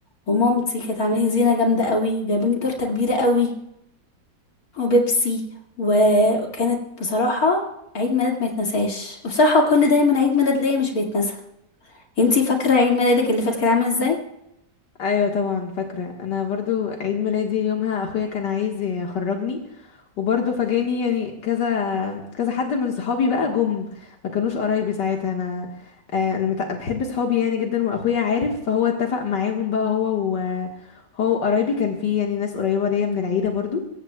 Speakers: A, on the left; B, on the left.
A: ومامتي كانت عاملين زينة جامدة قوي وجايبين لي تورتة كبيرة قوي وبيبسي و- وكانت بصراحة عيد ميلاد ما يتنساش وبصراحة كل دايما عيد ميلاد ليا مش بيتنسى انتي فاكره عيد ميلادك اللي فات كان عامل ازاي
B: ايوه طبعا فاكره انا برضو عيد ميلادي يومها اخويا كان عايز يخرجني وبرضه فاجئني يعني كذا كذا حد من صحابي بقى جم ما كانوش قرايبي ساعتها انا آه، انا مت- بحب صحابي يعني جدا واخويا عارف فهو اتفق معاهم بقى هو و هو قرايبي كان في يعني ناس قريبة ليا من العيلة برضو